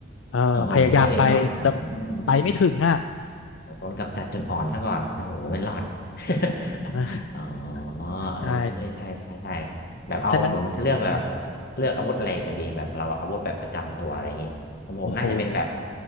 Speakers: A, on the left; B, on the left.
A: เออพยายามไป
B: โอ้โหเนาะอืม
A: แต่ไปไม่ถึงอ่ะ
B: ผมโดนกับจัดจุดอ่อนซะก่อนโอ้โหไม่รอด <laughs>
A: เออ
B: อ๋อเออ
A: ใช่
B: ใช่ใช่ใช่แบบเอาผมจะเลือกแบบ
A: ฉะนั้น
B: เลือกอาวุธอะไรกันดีแบบเราอาวุธแบบประจำตัวอะไรอย่างนี้ผมผมน่าจะเป็นแบบ
A: โอ้โห